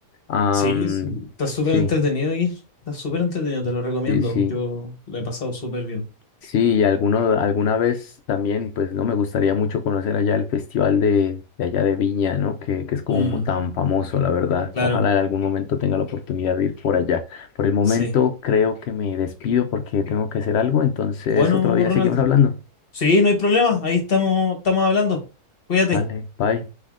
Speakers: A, on the left; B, on the left.
A: Am,
B: Sí, es- está súper
A: sí,
B: entretenido aquí. Está súper entretenido, te lo recomiendo.
A: sí, sí.
B: Yo lo he pasado súper bien.
A: Sí, y alguno, alguna vez también, pues no me gustaría mucho conocer allá el festival de, de allá de Viña, ¿no? Que, que es como
B: Mm,
A: tan famoso, la verdad.
B: claro,
A: Ojalá en algún momento tenga la oportunidad de ir por allá. Por el momento
B: sí.
A: creo que me despido porque tengo que hacer algo, entonces
B: Bueno,
A: otro día
B: Ronald.
A: seguimos hablando.
B: Sí, no hay problema. Ahí estamos, estamos hablando. Cuídate.
A: Vale, bye.